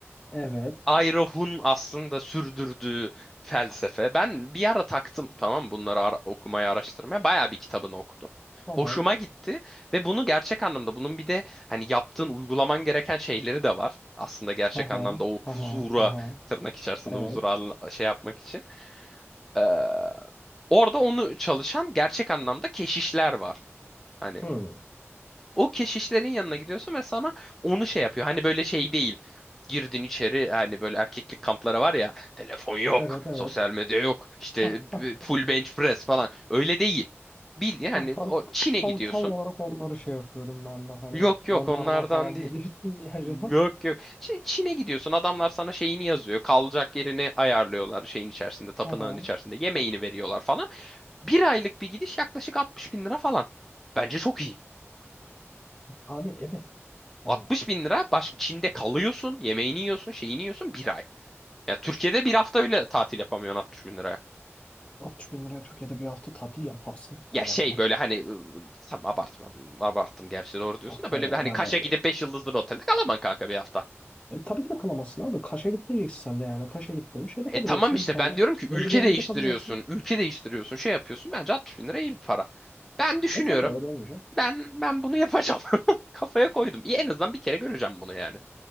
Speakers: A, on the left (about 25°); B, in the centre.
A: Evet.
B: Ayrohun aslında sürdürdüğü felsefe. Ben bir ara taktım tamam mı? bunları ara- okumaya, araştırmaya. Bayağı bir kitabını okudum.
A: Tamam.
B: Hoşuma gitti ve bunu gerçek anlamda bunun bir de hani yaptığın uygulaman gereken şeyleri de var. Aslında gerçek
A: Aha.
B: anlamda o huzura
A: Aha. Aha.
B: tırnak içerisinde
A: Evet.
B: huzura anla- şey yapmak için. Ee, orada onu çalışan gerçek anlamda keşişler var. Hani
A: Hmm.
B: o keşişlerin yanına gidiyorsun ve sana onu şey yapıyor. Hani böyle şey değil. Girdin içeri hani böyle erkeklik kamplara var ya telefon yok,
A: Evet evet.
B: sosyal medya yok, işte
A: Ah, ah,
B: e, full bench press falan. Öyle değil. Bildiğin hani
A: ah. Ben
B: o Çin'e gidiyorsun.
A: tam, tam olarak onları şey yapıyordum ben de hani
B: Yok yok
A: onlardan
B: onlardan
A: falan mı
B: değil.
A: <laughs> diyorsun diye acaba.
B: Yok yok. Çin, Çin'e gidiyorsun adamlar sana şeyini yazıyor. Kalacak yerini ayarlıyorlar şeyin içerisinde, tapınağın
A: Aha.
B: içerisinde. Yemeğini veriyorlar falan. Bir aylık bir gidiş yaklaşık 60 bin lira falan. Bence çok iyi.
A: Yani evet. Hani
B: 60 bin lira başka Çin'de kalıyorsun, yemeğini yiyorsun, şeyini yiyorsun bir ay. Ya Türkiye'de bir hafta öyle tatil yapamıyorsun 60 bin liraya.
A: 60 bin liraya Türkiye'de bir hafta tatil yaparsın.
B: Ya
A: Abartma.
B: şey böyle hani ıı, tam abartmadım, abarttım gerçi doğru diyorsun
A: Ah,
B: da
A: Hani
B: böyle bir hani
A: yani
B: Kaş'a gidip 5 yıldızlı bir otelde kalamam kanka bir hafta.
A: e, tabii ki de kalamazsın abi. Kaş'a gitmeyeceksin sen de yani. Kaş'a gittin bir şeyde
B: E
A: kalacaksın
B: tamam işte
A: bir tane.
B: ben diyorum ki ülke
A: Airbnb'de
B: değiştiriyorsun,
A: kalacaksın.
B: ülke değiştiriyorsun, şey yapıyorsun. Bence 60 bin lira iyi bir para. Ben düşünüyorum.
A: E tabii öyle olunca.
B: Ben ben bunu yapacağım. <laughs> Kafaya koydum. İyi, en azından bir kere göreceğim bunu yani.